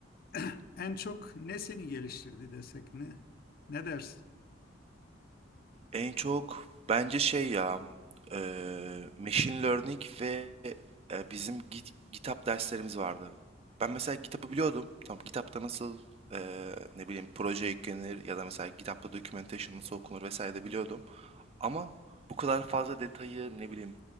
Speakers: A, on the left (about 50°); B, on the right (about 30°).
A: <clears throat> En çok ne seni geliştirdi desek ne? Ne dersin?
B: En çok bence şey ya e, machine learning ve e, bizim Git, GitHub derslerimiz vardı. Ben mesela GitHub'ı biliyordum. Tamam GitHub'da nasıl e, ne bileyim proje yüklenir ya da mesela GitHub'da documentation nasıl okunur vesaire de biliyordum. Ama bu kadar fazla detayı ne bileyim